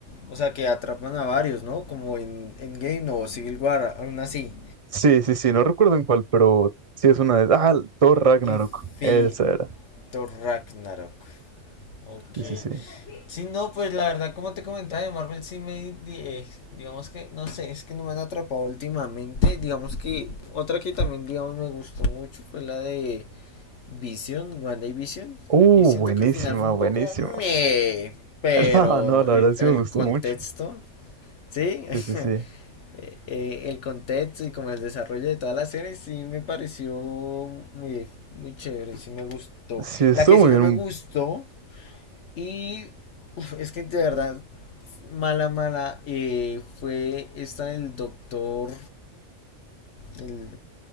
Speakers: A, on the left; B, on the right.
A: O sea, que atrapan a varios, ¿no? Como en, en Game o Civil War, aún así.
B: Sí, sí, sí, no recuerdo en cuál, pero sí es una de... Ah, Thor Ragnarok,
A: Infinito
B: esa era.
A: Ragnarok. Ok.
B: Sí, sí, sí.
A: Sí, no, pues la verdad, como te comentaba, de Marvel sí me. di- eh, digamos que, no sé, es que no me han atrapado últimamente. Digamos que otra que también, digamos, me gustó mucho fue la de Vision, WandaVision.
B: Uh,
A: Eh, siento
B: buenísima,
A: que el final fue un
B: buenísima.
A: poco.
B: <laughs>
A: meh, pero
B: No, no, la
A: el,
B: verdad sí
A: el
B: me gustó
A: contexto,
B: mucho.
A: ¿sí? <laughs>
B: Sí, sí, sí.
A: Eh, eh, el contexto y como el desarrollo de toda la serie sí me pareció muy, muy chévere, sí me gustó.
B: Sí, estuvo
A: La que sí
B: muy
A: no
B: bien.
A: me gustó y Uf, es que de verdad mala, mala, eh, fue esta del Doctor. El,